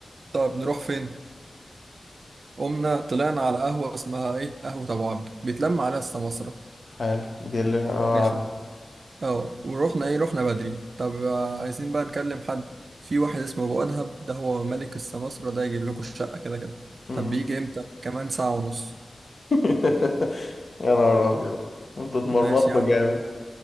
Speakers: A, on the right; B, on the left.
A: طب نروح فين؟ قمنا طلعنا على قهوة اسمها إيه قهوة أبو عبده بيتلم عليها السماسرة
B: حلو دي اللي اه
A: ماشي
B: عارف
A: اه ورحنا ايه رحنا بدري طب آه، عايزين بقى نكلم حد في واحد اسمه ابو ادهم ده هو ملك السماسرة ده يجيب لكم الشقة كده كده
B: مم.
A: طب بيجي امتى كمان ساعة ونص
B: <laughs> يا نهار أبيض انتوا اتمرمطتوا
A: ماشي يا عم
B: جامد